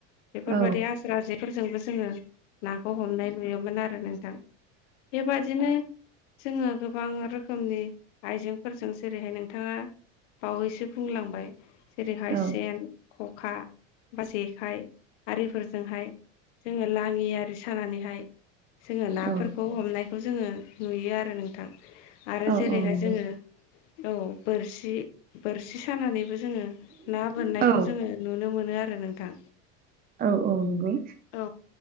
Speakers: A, on the left; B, on the right.
A: बेफोरबायदि
B: औ
A: आस्राजेफोरजोंबो जोङो नाखौ हमनाय नुयोमोन आरो नोंथां। बेबादिनो जोङो गोबां रो रोखोमनि आइजेंफोरजों जेरैहाय नोंथाङा बावैसो बुंलांबाय जेरैहाय
B: औ
A: सेन, खखा बा जेखाइ आरिफोरजोंहाय जोङो लांङि आरि सानानैहाय जोङो नाफोर
B: औ
A: खौ हमनायखौ जोङो नुयो आरो नोंथां। आरो
B: औ
A: जेरैहाय
B: औ नंगौ
A: जोङो, औ बोरसि बोरसि सानानैबो जोङो ना बोननायखौ
B: औ
A: जोङो नुनो मोनो आरो नोंथां।
B: औ औ नंगौ।
A: औ,